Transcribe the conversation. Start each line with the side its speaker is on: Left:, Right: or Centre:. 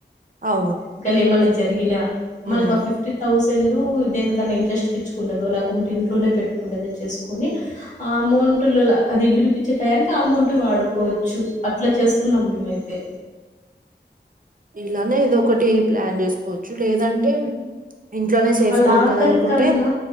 Right: అవును
Left: ఒకవేళ ఏమన్నా జరిగినా మనకు
Right: ఉమ్
Left: ఆ ఫిఫ్టీ థౌసండ్ డు దేనికన్నా ఇంట్రెస్ట్ కు ఇచుకుంటాదొ లేకుంటే ఇంట్లోనే పెట్టుకుంటాదొ చేసుకొని ఆ అమౌంట్ వంటలలా అది విడిపించే టయానికి ఆ అమౌంటే వాడుకోవచ్చు అట్లా చేస్తున్నాం మేమైతే
Right: ఇలానే ఏదో ఒకటి ప్లాన్ చేసుకోవచ్చు లేదంటే ఇంట్లోనే సేఫ్గా
Left: అ లాకర్
Right: ఉంటది అనుకుంటే
Left: కన్నా